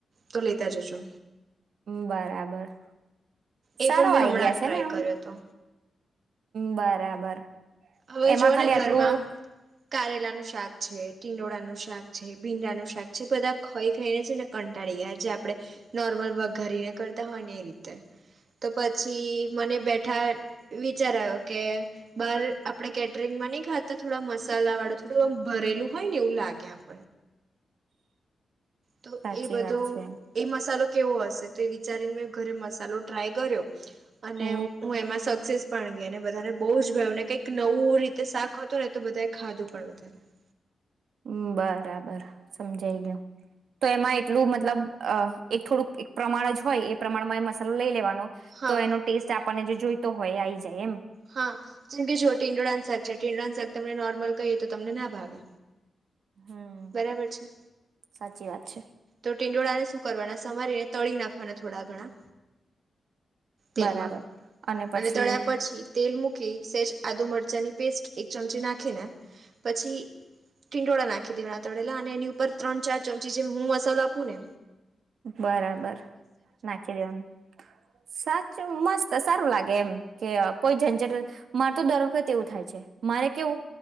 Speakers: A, on the right; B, on the right.
A: તો લેતા જજો
B: બરાબર.
A: એ
B: સારો
A: પણ મેં
B: આઈડિયા
A: હમણાં
B: છે
A: ટ્રાય
B: ને આમ
A: કર્યો હતો.
B: બરાબર.
A: હવે
B: એમાં
A: જોઓ
B: ખાલી
A: ને
B: આટલું
A: ઘરમાં કારેલાનું શાક છે, ટીંડોડાનું શાક છે, ભીંડાનું શાક છે, બધા ખઈ ખઈને છે ને કંટાળી ગ્યા છે જે આપણે નોર્મલ વઘારીને કરતા હોય ને એ રીતે તો પછી મને બેઠા વિચાર આયો કે બાર આપણે કેટરિંગમાં નઈ ખાતા થોડા મસાલા વાળું થોડું આમ ભરેલું હોય ને એવું લાગે આપણ તો
B: સાચી
A: એ બધો
B: વાત છે.
A: એ મસાલો કેવો હશે તો એ વિચારીને મેં ઘરે મસાલો ટ્રાય કર્યો અને
B: ઓ
A: હું એમાં સક્સેસ પણ ગઈ ને બધાને બૌજ ભયુંને કઈક નવું રીતે શાક હતું ને તો બધાએ ખાધું પણ વધારે. <inaudible>
B: ઉમ્મ બરાબર સમજાઈ ગયું. તો એમાં એટલું મતલબ અ એક થોડુંક એક પ્રમાણ જ હોય એ પ્રમાણમાં એ મસાલો લઈ લેવાનો
A: હા
B: તો એનો ટેસ્ટ આપણને જે જોઈ તો હોય આઈ જાય એમ
A: હા જેમકે જો ટીંડોડાનું શાક છે, ટીંડોડાનું શાક તમને નોર્મલ કહીએ તો તમને ના ભાવે
B: હમ્મ,
A: બરાબર છે
B: સાચી વાત છે.
A: તો ટીંડોળા ને શું કરવાના સમારીને તળી નાખવાના થોડા ઘણા તેલમાં
B: બરાબર અને પછી
A: તળ્યા પછી તેલ મૂકી સેજ આદુ મરચાની પેસ્ટ એક ચમચી નાખીને પછી ટીંડોળા નાખી દેવાનાં તળેલા અને એની ઉપર ત્રણ ચાર ચમચી જેમ હું મસ્ સાલા આપુને
B: બરાબર નાખી દેવાનું સાચું મસ્ત સારું લાગે એમ કે કોઈ ઝંઝટ માર તો દર વખત એવું થાય છે મારે કેવું